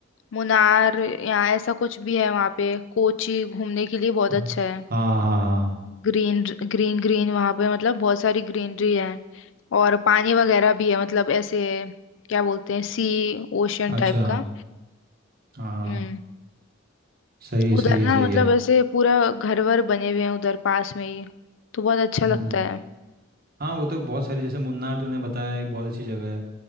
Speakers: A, on the left; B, on the right.
A: मुनार या ऐसा कुछ भी है वहाँ पे कोची घूमने के लिए बहुत
B: हाँ
A: अच्छा है
B: हाँ हाँ हाँ,
A: ग्रीन ग्रीन ग्रीन वहाँ पे मतलब बहुत सारी ग्रीनरी है और पानी वगैरह भी है मतलब ऐसे क्या बोलते हैं सी ओशन
B: अच्छा
A: टाइप का
B: हाँ हाँ।
A: हम्म
B: सही है
A: उधर
B: सही
A: ना
B: है सही
A: मतलब
B: है
A: ऐसे पूरा घर वर बने हुए हैं उधर पास में ही तो बहुत अच्छा
B: हम्म
A: लगता है
B: हाँ वो तो बहुत सारी जैसे मुन्नार तूने बताया एक बहुत अच्छी जगह है